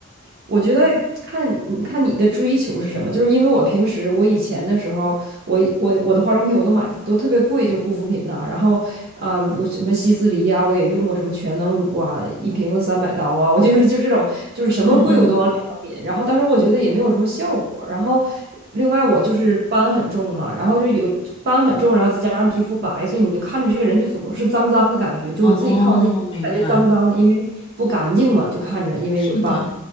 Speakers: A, on the right; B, on the left.
A: 我觉得看你看你的追求是什么，就是因为我平时我以前的时候，我我我的化妆品我都买的都特别贵，就护肤品呐、然后啊嗯，我什么希思黎呀、我也用过什么全能乳啊，一瓶三百刀啊，我就是就这种就是什么贵我都往脸上抿，
B: 嗯嗯。
A: 然后但是我觉得也没有什么效果，然后另外我就是斑很重嘛，然后就有斑很重，然后再加上皮肤白，所以你就看着这个人就总是脏脏的感觉，就我自己看我自己，
B: 哦，明白。
A: 我感觉脏脏的，因为不干净嘛，就看着因为有斑。
B: 是的，